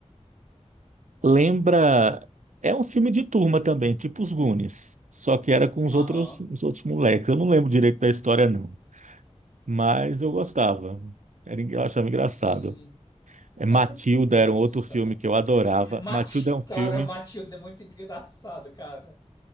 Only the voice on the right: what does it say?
lembra... É um filme de turma também, tipo os Goonies. Só que era com os
outros, os outros moleques. Eu não lembro direito da história, não. mas eu gostava. Era, en- eu achava engraçado.
É, Matilda
era um outro
filme
que eu adorava.
Matilda é um filme,